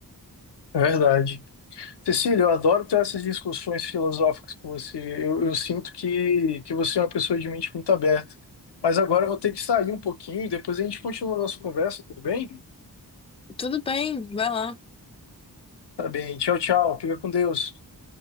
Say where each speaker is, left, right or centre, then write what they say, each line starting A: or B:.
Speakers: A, on the left; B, on the left.
A: É verdade. Cecília, eu adoro ter essas discussões filosóficas com você. Eu, eu sinto que, que você é uma pessoa de mente muito aberta. Mas agora eu vou ter que sair um pouquinho, depois a gente continua a nossa conversa, tudo bem?
B: Tudo bem, vai lá.
A: Tá bem. Tchau, tchau. Fica com Deus.